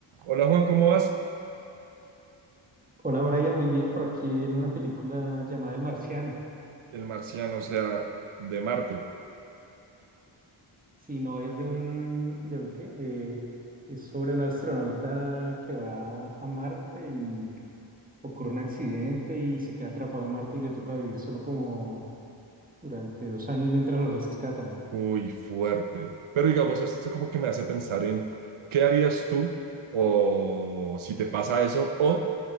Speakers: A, on the right; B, on the right.
A: Hola Juan, ¿cómo vas?
B: Hola Brian, muy bien, por aquí en una película llamada El Marciano.
A: El marciano, o sea, de Marte.
B: Si no es de un, ¿de un qué? Eh, es sobre un astronauta que va a Marte y ocurre un accidente y se queda atrapado en Marte y le toca vivir solo como durante dos años mientras lo rescatan.
A: Uy, fuerte. Pero digamos, esto como que me hace pensar en qué harías tú o si te pasa eso o